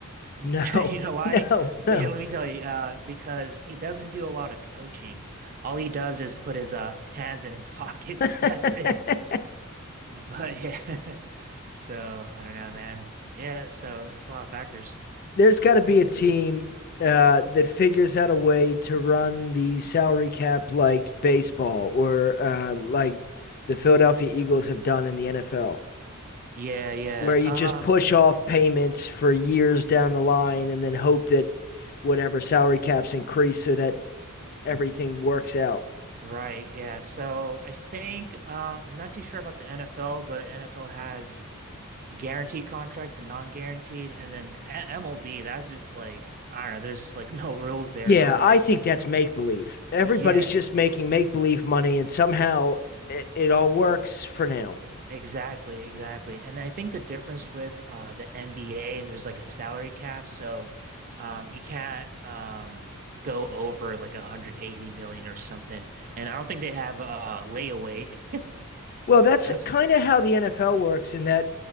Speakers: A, on the right; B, on the left.
A: <laughs>
B: No,
A: You know why?
B: no, no.
A: Yeah, let me tell you, uh, because he doesn't do a lot of coaching. All he does is put his uh hands in his pockets.
B: <laughs>
A: <laughs> That's it. But yeah. <laughs> So I don't know, man. Yeah, so it's a lot of factors.
B: There's got to be a team uh, that figures out a way to run the salary cap like baseball or uh, like the Philadelphia Eagles have done in the NFL,
A: Yeah, yeah.
B: where you
A: Uh
B: just push off payments for years down the line and then hope that whatever salary caps increase so that everything works out.
A: Right, yeah. So I think uh, I'm not too sure about the NFL, but NFL has guaranteed contracts and non-guaranteed, and then A- MLB, that's just like I don't know, there's like <laughs> no rules there
B: Yeah,
A: almost.
B: I think that's make believe. Everybody's
A: Yeah,
B: just making make believe money, and somehow it, it all works for now.
A: exactly, exactly. And I think the difference with uh the NBA, there's like a salary cap, so um you can't um go over like 180 million or something. And I don't think they have uh layaway.
B: Well, that's
A: <laughs>
B: kind of how the NFL works in that